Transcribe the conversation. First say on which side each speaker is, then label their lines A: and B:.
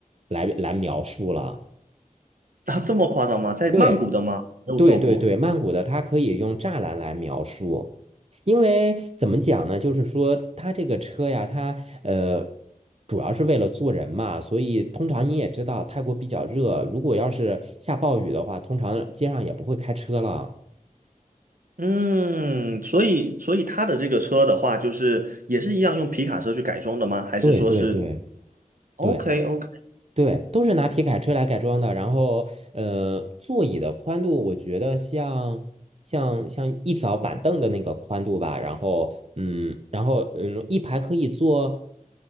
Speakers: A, on the right; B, on the right.
A: 来来描述了。
B: 啊，这么夸张吗？在曼谷的吗？
A: 对，
B: 没有做过。
A: 对对对，曼谷的它可以用栅栏来描述，因为怎么讲呢？就是说它这个车呀，它呃主要是为了坐人嘛，所以通常你也知道，泰国比较热，如果要是下暴雨的话，通常街上也不会开车了。
B: 嗯，所以所以他的这个车的话，就是也是一样用皮卡车去改装的吗？还是说是
A: 对对对
B: OK
A: 对。
B: OK
A: 对，都是拿皮卡车来改装的。然后，呃，座椅的宽度，我觉得像像像一条板凳的那个宽度吧。然后，嗯，然后嗯，一排可以坐